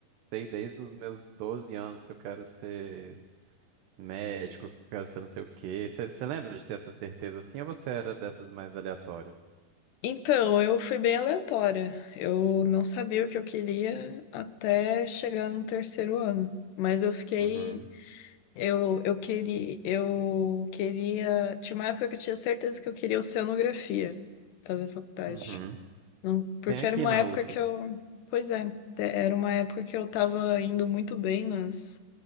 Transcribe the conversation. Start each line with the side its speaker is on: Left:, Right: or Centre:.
Right: sei desde os meus 12 anos que eu quero ser. médico, que eu quero ser não sei o quê. Você lembra de ter essa certeza assim ou você era dessas mais aleatórias?
Left: Então, eu fui bem aleatória. Eu não sabia o que eu queria até chegar no terceiro ano. Mas eu fiquei.
Right: Uhum,
Left: Eu, eu queria. Eu queria. Tinha uma época que eu tinha certeza que eu queria oceanografia fazer faculdade.
Right: uhum.
Left: Não- Porque
Right: Tem aqui
Left: era uma
Right: na
Left: época
Right: UFES.
Left: que eu. Pois é, te- era uma época que eu tava indo muito bem nas,